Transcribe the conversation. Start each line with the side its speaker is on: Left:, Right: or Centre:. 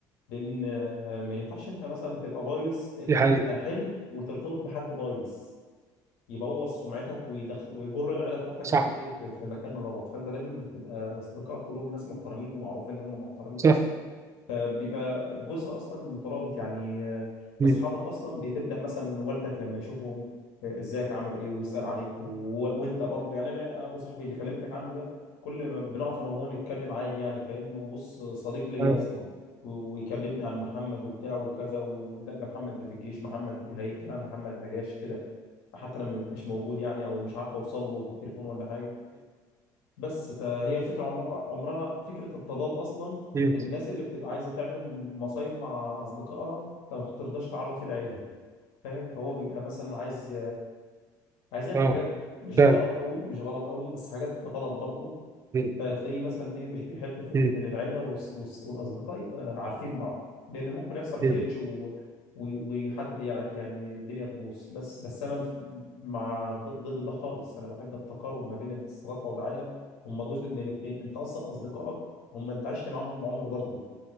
Left: لان آه، ما ينفعش انت مثلا تبقى بايظ آه،
Right: دي حقيقه
Left: تبقى حلو وترتبط بحد بايظ يبوظ سمعتك ويدخ ويجر العيله بتاعتك
Right: صح
Left: في ايه في, في مكان غلط فانت دايما بتبقى اصدقائك كلهم ناس محترمين ومعروف ان هم محترمين
Right: صح
Left: اصلا فبيبقى الجزء اصلا مترابط يعني آه،
Right: امم
Left: اصحابك اصلا بتبدا مثلا والدك لما يشوفهم آه، ازيك عامل ايه ويسال عليك و... وانت برضو يعني انا ابو صاحبي اللي كلمتك عنه ده كل ما بنقف انا وهو نتكلم عادي يعني كانه بص صديق ليا
Right: اه
Left: اصلا و- ويكلمني عن محمد وبتاع وكذا وده ده محمد ده في الجيش محمد هيجي محمد ما جاش كده حتى لما بيبقاش موجود يعني او مش عارف اوصل له بالتليفون ولا حاجه بس فهي الفكرة عمر... عمرها فكرة التضاد أصلا
Right: امم
Left: الناس اللي بتبقى عايزة تعمل مصايب مع أصدقائها فما بترضاش تعرف العيلة فاهم فهو بيبقى مثلا عايز عايز يعمل
Right: اه
Left: حاجات مش
Right: فعلا
Left: غلط قوي مش غلط قوي بس حاجات غلط برضه
Right: مم.
Left: فتلاقيه مثلا ايه مش بيحب فكره
Right: مم.
Left: ان العيله والص- والص- والاصدقاء يبقى عارفين بعض لان ممكن يحصل كليتش
Right: مم.
Left: و- و- وحد يع- يعني الدنيا تبوظ بس بس انا مع ض- ضد ده خالص انا بحب التقارب ما بين الصداقه والعيله هم جزء من الاثنين انت اصلا اصدقائك هم انت عشت معاهم عمر برضه